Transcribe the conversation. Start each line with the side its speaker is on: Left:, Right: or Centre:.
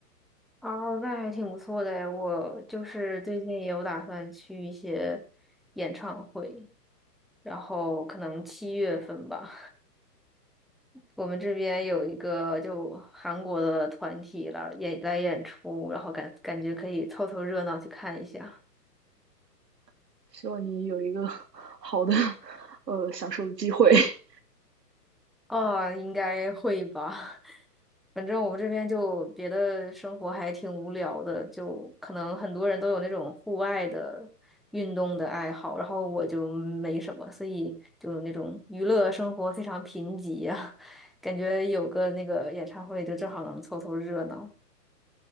Centre: 哦，那还挺不错的诶。我就是最近也有打算去一些演唱会。然后可能七月份吧。我们这边有一个就韩国的团体了，演来演出，然后感感觉可以凑凑热闹去看一下。
Right: <laughs> 希望你有一个 <laughs> 好的，呃，享受的机会。<laughs>
Centre: 哦，应该会吧。反正我们这边就别的生活还挺无聊的，就可能很多人都有那种户外的运动的爱好，然后我就没什么，所以就那种娱乐生活非常贫瘠呀、<laughs> 感觉有个那个演唱会就正好能凑凑热闹。